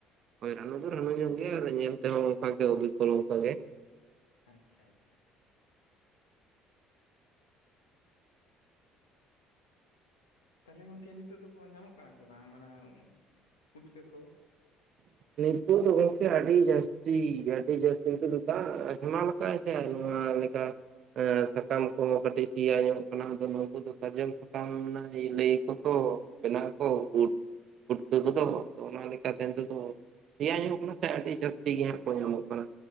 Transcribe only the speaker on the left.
ᱟᱪᱷᱟ ᱟᱪᱷᱟ ᱛᱟᱞᱦᱮ ᱜᱚᱝᱠᱮ ᱱᱤᱛᱚᱜ ᱫᱚᱠᱚ ᱧᱟᱢᱚᱜ ᱠᱟᱱᱟ ᱥᱮ ᱵᱟᱝ ᱚᱱᱟ ᱯᱩᱴᱠᱟᱹ ᱠᱚ